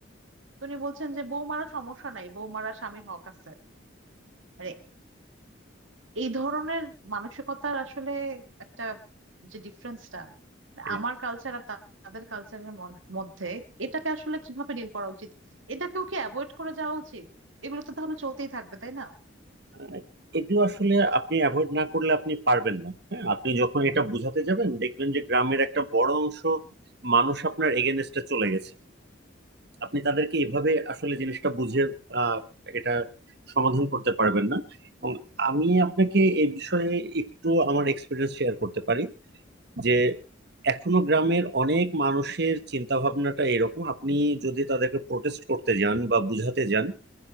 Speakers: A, on the right; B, on the right.
A: তো উনি বলছেন যে বউ মারা সমস্যা নাই বউ মারা স্বামীর হক আছে মানে এই ধরনের মানসিকতার আসলে একটা যে ডিফারেন্সটা
B: হ্যাঁ।
A: আমার কালচার আর তা- তাদের কালচারের মধ্যে এটাকে আসলে কিভাবে ডিল করা উচিত এটাকেও কি অ্যাভয়েড করে যাওয়া উচিত এগুলো তো তাহলে চলতেই থাকবে তাই না
B: আহ, এগুলো আসলে আপনি অ্যাভয়েড না করলে আপনি পারবেন না হ্যাঁ আপনি যখন এটা বোঝাতে যাবেন দেখবেন যে গ্রামের একটা বড় অংশ মানুষ আপনার এগেনস্টে চলে গেছে আপনি তাদেরকে এভাবে আসলে জিনিসটা বুঝিয়ে আহ, এটা সমাধান করতে পারবেন না এবং আমি আপনাকে এই বিষয়ে একটু আমার এক্সপিরিয়েন্স শেয়ার করতে পারি যে এখনো গ্রামের অনেক মানুষের চিন্তা ভাবনাটা এরকম আপনি যদি তাদেরকে প্রোটেস্ট করতে যান বা বুঝাতে যান